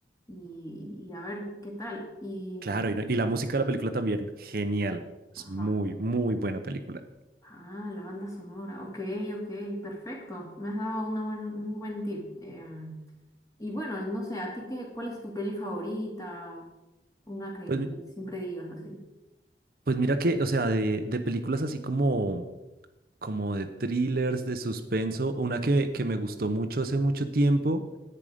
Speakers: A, on the left (about 20°); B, on the right (about 55°).
A: y, y a ver qué tal. Y,
B: Claro, y, no- y la música de la película también, genial. Es
A: ajá.
B: muy, muy buena película.
A: Ah, la banda sonora. Ok, ok, perfecto. Me has dado una buen- un buen tip. Em, y bueno, no sé, ¿a ti qué, cuál es tu peli favorita? Una que
B: Pues, mi-
A: siempre digas así.
B: pues mira que, o sea, de, de películas así como, como de thrillers, de suspenso, una que, que me gustó mucho hace mucho tiempo